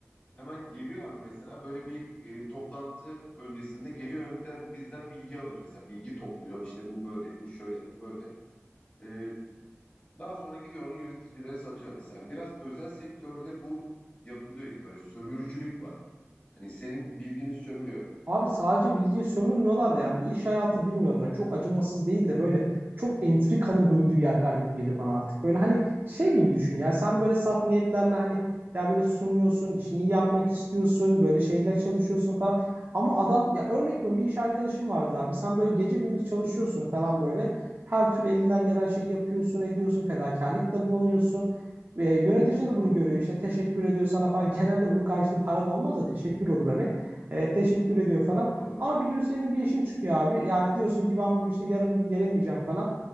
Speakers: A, on the left; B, on the right.
A: hemen geliyor abi mesela böyle bir e, toplantı öncesinde geliyor önden bizden bilgi alıyor. Mesela bilgi topluyor işte bu böyle bu şöyle bu böyle. E, daha sonra gidiyor onu yöneticileri satıyor mesela. Biraz özel sektörde bu yapılıyor gibi böyle sömürücülük var. Hani senin bilgini sömürüyor.
B: Abi sadece bilgiyi sömürmüyorlardı yani bu iş hayatı bilmiyorum ya çok acımasız değil de böyle çok entrikanın döndüğü yerler gibi geliyor bana artık. Böyle hani şey gibi düşün ya sen böyle saf niyetlerle hani ya böyle sunuyorsun işini iyi yapmak istiyorsun böyle şeyler çalışıyorsun falan. Ama adam ya örnek veriyorum bir iş arkadaşım vardır abi sen böyle gece gündüz çalışıyorsun falan böyle her türlü elinden gelen şeyi yapıyorsun ediyorsun fedakarlıkta bulunuyorsun. E, yöneticin de bunu görüyor işte teşekkür ediyor sana falan <laughs> genelde bunun karşılığı para da olmaz da teşekkür olur hani. E, teşekkür ediyor falan.
A: Doğru.
B: Ama bir gün senin bir işin çıkıyor abi. Yani diyorsun ki ben bugün işte yarım gün gelemeyeceğim falan.